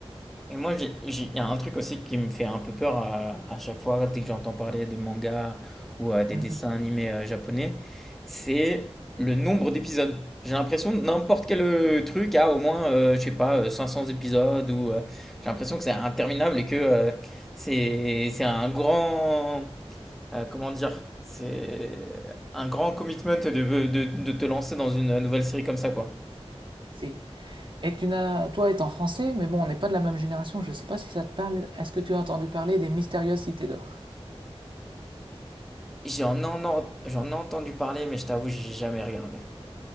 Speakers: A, in the centre; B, on the right.
A: Et moi, j'ai- j'ai- il y a un truc aussi qui me fait un peu peur à, à chaque fois, dès que j'entends parler de mangas ou euh, des
B: <laughs>
A: dessins animés euh, japonais, c'est le nombre d'épisodes. J'ai l'impression que n'importe quel euh, truc a au moins, euh, je sais pas, euh, 500 épisodes ou euh, j'ai l'impression que c'est interminable et que euh, c'est c'est un grand, euh, comment dire, c'est un grand commitment de, de, de te lancer dans une nouvelle série comme ça, quoi.
B: Si. Et tu n'as, toi étant français, mais bon, on n'est pas de la même génération, je ne sais pas si ça te parle. Est-ce que tu as entendu parler des mystérieuses cités d'or?
A: J'en en, j'en ai entendu parler, mais je t'avoue, j'ai jamais regardé.